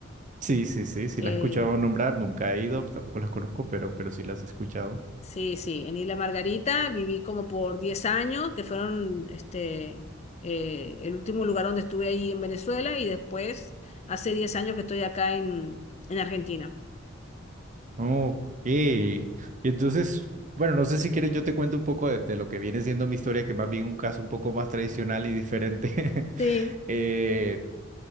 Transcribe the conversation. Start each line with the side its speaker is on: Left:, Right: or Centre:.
Right: Sí, sí, sí, sí
Left: Eh,
Right: las he escuchado nombrar, nunca he ido, tampoco las conozco, pero, pero sí las he escuchado.
Left: sí, sí, en Isla Margarita viví como por 10 años, que fueron este, eh, el último lugar donde estuve ahí en Venezuela y después hace 10 años que estoy acá en, en Argentina.
Right: Ok. Y entonces, bueno, no sé si quieres, yo te cuento un poco de, de lo que viene siendo mi historia, que más bien un caso un poco más tradicional y diferente.
Left: Sí,
Right: <laughs> Eh,